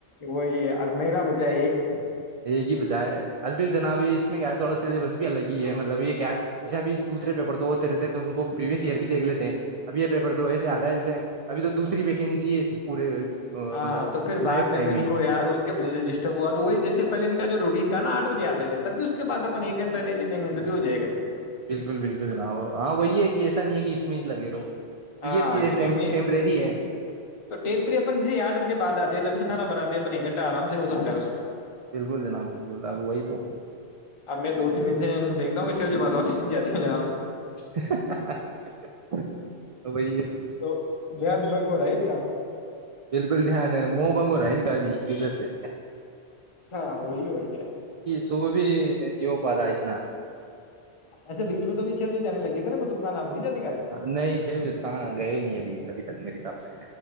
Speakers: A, on the left; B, on the right.
A: وہی ہے ہر مہین بچ ہے ایک <unintelligible>
B: یہ ہی بجائے ارب جناب اس میں کیا ہے تھوڑا سلیبس بھی الگ ہی ہے مطلب یہ کیا ہے جیسے ابھی دوسرے پیپر تو ہوتے رہتے ہیں تو ان کو پرریویس ایئر بھی دیکھ لیتے ہیں اب یہ پیپر تو ایسے آتا ہے جیسے ابھی تو دوسری ویکینسی ہے پورے مطلب
A: ہاں تو پھر
B: لائف
A: بعد میں
B: ٹائم
A: پ ان
B: ہی
A: کو ار اس کےج سے ڈسٹرب ہوا تو وہی جیسے پہل ان کا جو روٹین تھا نا آٹ بجے آتے تھے تب بھی اس کے بع اپن ایک گھٹہ ڈیلی دیں گے تو بھی ہو جائے گا
B: بالکل بالکل جناب ہاں وہی ہے کہ ایسا نہیں ہے کہ اس میں ہی لگے رہو تو
A: ہاں
B: یہ چیزیں
A: کیونکہ میں
B: ٹیمپریری ہے
A: تو ٹیمپری اپن جے آٹھ بجے بعد آتے تو ابھی تو کھا بناتے ہیں اپنے ایک گھٹہ آرام سے ہو سکتا ہے اس میں
B: بالکل جناب بالکل اب وہی تو
A: اب میں دو تین دن سے ان کو دیکتا ہوں گ جو بات واقستی جاتی ہے ہیں جناب
B: <unintelligible> وہی ہے
A: تو دان منگو رہی ن گ
B: بالکل دھیان ہے مہ بگ رہا ہے کا بھی ادھر سے
A: ہاں وہی اور کیا ہے
B: ص وہ بھی نہیں ہو پا رہا اتنا
A: اچھا بیچ میں تو بھی چھ بجے جان لگے تھ نا کوئیفان آپ جا
B: ہاں نہیں چھ بجے تو کہاں گئے نہیں ابھی ابھی تک میرے ح سااب چ